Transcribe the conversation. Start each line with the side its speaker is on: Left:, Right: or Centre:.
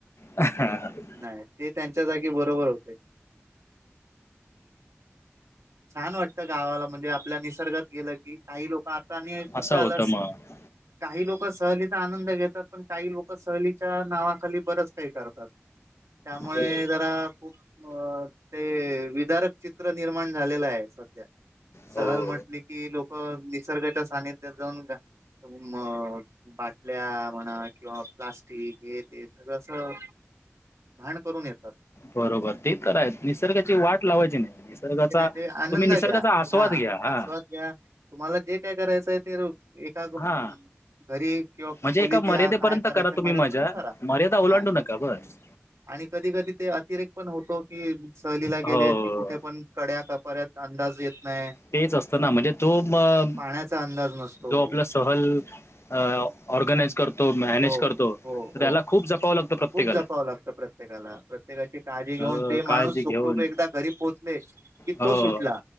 Left: <unintelligible>
Right: नाही ते त्यांच्या जागी बरोबर होते. छान वाटतं गावाला. म्हणजे आपल्या निसर्गात गेलं की, काही लोक आता आणि
Left: असं
Right: संहलंस
Left: होतं मग
Right: काही लोक सहलीचा आनंद घेतात. पण काही लोक सहलीच्या नावाखाली बरच काही करतात, त्यामुळे
Left: हो
Right: जरा खूप अं ते विदारक चित्र निर्माण झालेलं आहे सध्या.
Left: हो
Right: सहल म्हटली कि लोक निसर्गाच्या सानिध्यात जाऊन येत्या म अ बाटल्या म्हणा किंवा प्लास्टिक हे ते सगळं असं घाण करून येतात.
Left: बरोबर ते खरयं निसर्गाची वाट लावायची नही, निसर्गाचा
Right: म्हणजे आनंद
Left: तुम्ही निसर्गाचा
Right: घ्या,
Left: आस्वाद
Right: हा
Left: घ्या हा
Right: आस्वाद घ्या तुम्हाला जे काय करायचंय ते एका म
Left: हा
Right: घरी किंवा
Left: म्हणजे
Right: खोलीत
Left: एका मर्यादेपर्यंत
Right: या काय करायचं
Left: करा तुम्ही
Right: मर्याद
Left: मजा
Right: पण ना करा,
Left: मर्यादा ओलांडू
Right: हा.
Left: नका बस
Right: आणि कधी -कधी ते अतिरेक पण होतो कि सहलीला
Left: हो
Right: गेले, की कुठे पण कड्या का परत अंदाज येत नाही.
Left: तेच असतं ना म्हणजे तो मं
Right: पाण्याचा अंदाज नसतो.
Left: जो आपला अल अं ऑर्गनाइज करतो मॅनेज
Right: हो
Left: करतो,
Right: हो हो
Left: त्याला खूप जपावं लागत प्रत्येकाला.
Right: खूप जपावं लागतं प्रत्येकाला. प्रत्येकाची काळजी घेऊन,
Left: अ,
Right: ते
Left: काळजी
Right: माणूस सुखरूप
Left: घेऊन
Right: एकदा घरी पोहोचले की
Left: हो
Right: तो सुटला.